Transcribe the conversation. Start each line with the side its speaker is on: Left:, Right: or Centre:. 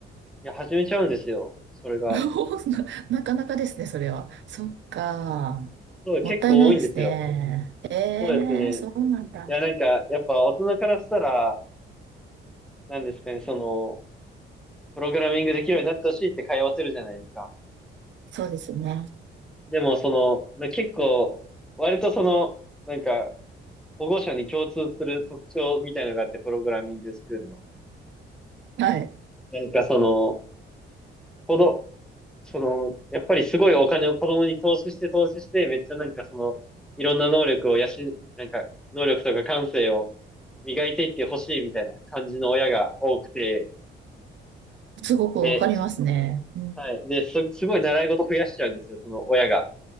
Centre: いや、始めちゃうんですよ。それが。
Right: <laughs> な、なかなかですね、それは。そっか。
Centre: そう、結構多いんですよ。
Right: もったいないですね。えー、
Centre: そうですね。
Right: そうなんだ。
Centre: いや、なんか、やっぱ大人からしたら、なんですかね、その、プログラミングできるようになってほしいって通わせるじゃないですか。
Right: そうですよね。
Centre: でも、その、な結構、割とその、なんか、保護者に共通する特徴みたいなのがあって、プログラミングスクールの。
Right: はい。
Centre: なんかその、子供その、やっぱりすごいお金を子供に投資して投資して、めっちゃなんかその、いろんな能力を養、なんか、能力とか感性を磨いていってほしいみたいな感じの親が多くて、
Right: すごくわかりますね。
Centre: で、
Right: うん。
Centre: はい。で、す、すごい習い事増やしちゃうんですよ、その親が。